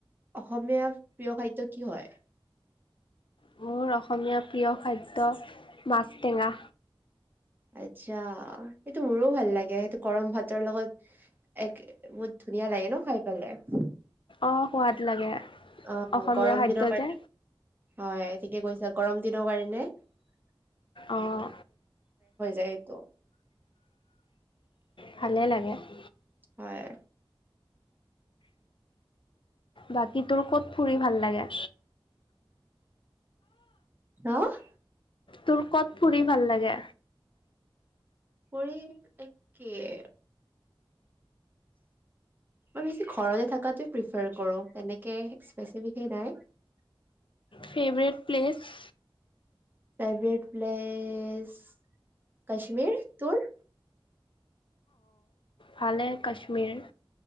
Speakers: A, on the right; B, on the left.
A: অসমীয়া প্ৰিয় খাদ্য কি হয়
B: তেঁওৰ অসমীয়া প্ৰিয় খাদ্য মাছটেঙা
A: আচ্ছা, সেইটো মোৰো ভাল লাগে সেইটো গৰম ভাতৰ লগত এক বহুত ধুনীয়া লাগে ন, খাই পেলাই।
B: অ' সোৱাদ লাগে।
A: অ'
B: অসমীয়া
A: গৰম
B: খাদ্য
A: দিনৰ কাৰণে
B: যে
A: হয়, ঠিকে কৈছা। গৰম দিনৰ কাৰণে <inaudible>
B: অঁ
A: <inaudible> ত <inaudible>
B: ভাল লাগিছে <inaudible>
A: হয়।
B: বাকি তোৰ, ক'ত ফুৰি ভাল লাগে?
A: হা <inaudible>
B: তোমাৰ ক'ত ফুৰি ভাল লাগে
A: কৰি একে <inaudible> মই বেছি ঘৰতে থকাটো প্ৰিফাৰ কৰোঁ তেনেকে <unintelligible>
B: favourite place.
A: Favourite place Kashmir, তোৰ?
B: থিক আছে, কাশ্মীৰ।